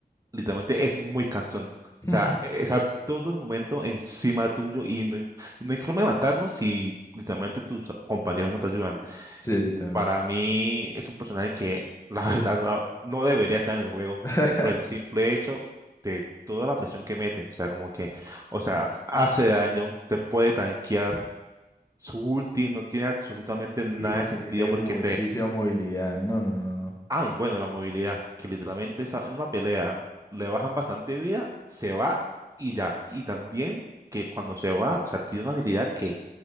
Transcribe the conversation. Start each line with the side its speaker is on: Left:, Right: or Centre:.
Right: literalmente es muy cansón. O
Left: <laughs>
Right: sea, es a todo el momento encima tuyo y no, hay- y no hay forma de matarlo si literalmente tus compañeros no te ayudan.
Left: Sí, literalmente.
Right: Para mí es un personaje que <laughs> la verdad no, no debería estar en el juego
Left: <laughs>
Right: por el simple hecho de toda la presión que mete. O sea, como que, o sea, hace daño, te puede tanquear. Su ulti no tiene absolutamente nada
Left: Y
Right: de
Left: tiene
Right: sentido porque
Left: muchísima movilidad. No, no, no, no.
Right: Ay, bueno, la movilidad, que literalmente esa- en una pelea le bajan bastante vida, se va y ya. Y también que cuando se va, o sea, tiene una habilidad que